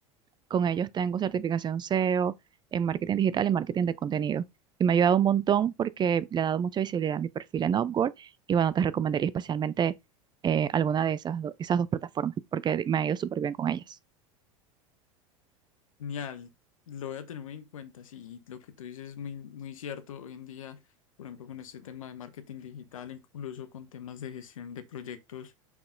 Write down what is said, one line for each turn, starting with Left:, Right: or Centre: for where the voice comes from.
Right: Con ellos tengo certificación SEO en marketing digital y marketing de contenido. Y me ha ayudado un montón porque le ha dado mucha visibilidad a mi perfil en Upwork. Y bueno, te recomendaría especialmente eh, alguna de esas, do- esas dos plataformas porque me ha ido súper bien con ellas.
Left: Genial, lo voy a tener muy en cuenta. Sí, lo que tú dices es muy, muy cierto. Hoy en día, por ejemplo, con este tema de marketing digital, incluso con temas de gestión de proyectos,